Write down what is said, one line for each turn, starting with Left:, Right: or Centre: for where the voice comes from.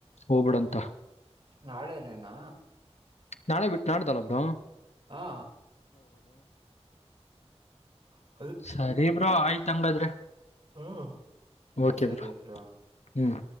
Left: ಹೋಗಬಿಡು ಅಂತ
Right: ನಾಳೆನೇನಾ
Left: ನಾೆ ಬಿಟ್ಟ ನಾಡುು ತಲೆಪರ
Right: ಹಾ ಹ
Left: ಸರಿಬ್ರೋ ಆಯ್ತ್ ಹಂಗದ್ರಿ
Right: ಹ್ಮ್
Left: ಓಕೆ
Right: ಸರಿ
Left: ಬ್ರಾ
Right: ಬ್ರೋ.
Left: ಹ್ಮ್